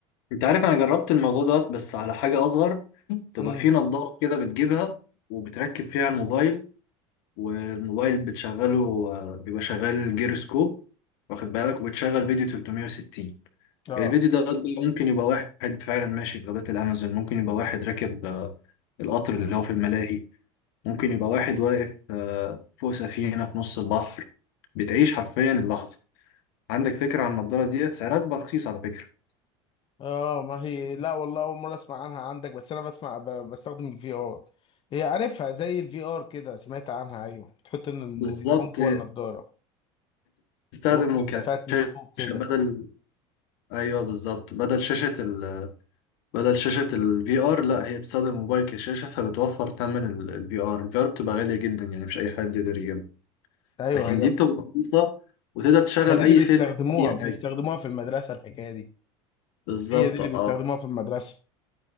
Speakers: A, on the left; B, on the left.
A: انت عارف انا جربت الموضوع دوت بس على حاجة اصغر تبقى
B: امم
A: في نظارة كده بتجيبها وبتركب فيها الموبايل والموبايل بتشغله آه، بيبقى شغال جيروسكوب واخد بالك وبتشغل فيديو 360
B: اه
A: الفيديو ده ممكن يبقى واحد فعلا ماشي في غابات الأمازون ممكن يبقى واحد راكب آه، القطر اللي هو في الملاهي ممكن يبقى واحد واقف آه، فوق سفينة في نص البحر بتعيش حرفيا اللحظة عندك فكرة عن النضارة ديت سعرها بقى رخيص على فكرة
B: اه ما هي لا والله اول مره اسمع عنها عندك بس انا بسمع ب... بستخدم الفي ار هي عارفها زي الفي ار كده سمعت عنها ايوه بتحط إن
A: بالظبط
B: التليفون جوه
A: آه،
B: النضاره
A: بتستخدم
B: وبتبقى
A: كشاشة
B: فيها تلسكوب كده
A: بدل أيوه بالظبط بدل شاشة ال... بدل شاشة الفي آر لا هي بتستخدم الموبايل كشاشة فبتوفر تمن الفي آر الفي آر بتبقى غالية جدا يعني مش أي حد يقدر يجيبها
B: ايوه
A: لكن
B: هي
A: دي بتبقى رخيصة وتقدر تشغل
B: ما دي
A: أي
B: اللي بيستخدموها
A: فيلم أو أي
B: بيستخدموها
A: حاجة
B: في المدرسه الحكايه دي
A: بالظبط
B: هي دي اللي بيستخدموها
A: اه
B: في المدرسه